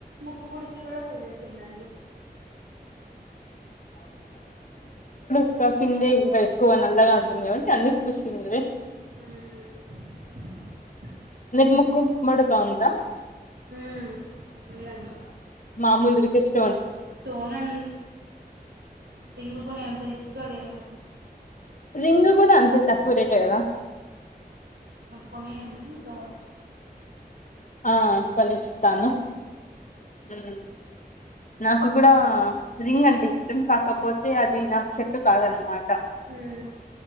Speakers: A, on the right (about 85°); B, on the left (about 50°).
A: ముక్కు పుడకి కూడా పోసేసిందండి
B: ఇం కిందే ఇంకా ఎక్కువ నల్లగా ఉంటుంది కాబట్టి అందుకు పుసిందిలే
A: హమ్
B: <unintelligible>
A: హ్మ్ ఉందండి
B: మాముూలు <unintelligible>
A: స్టోన్ అండి రింగ్ కొనే అంత రిచ్చుగా లేమండి
B: రింగు కూడా అంతే తక్కు రేటే ఏ కదా
A: కొని అండి ఈసర్ వస్త
B: ఆ కొనిస్తాను ఉమ్ నాకు కూడా రింగ్ అంటే ఇష్టం కాకపోతే అది నాకు సేట్టు కాదనమాట
A: హమ్